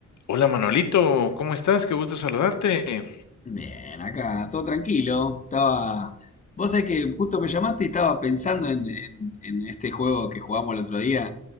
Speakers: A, on the left (about 80°); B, on the left (about 25°).
A: Hola Manolito, ¿cómo estás? Qué gusto saludarte.
B: Bien, acá, todo tranquilo. Estaba. Vos sabés que justo me llamaste y estaba pensando en, en- en este juego que jugamos el otro día,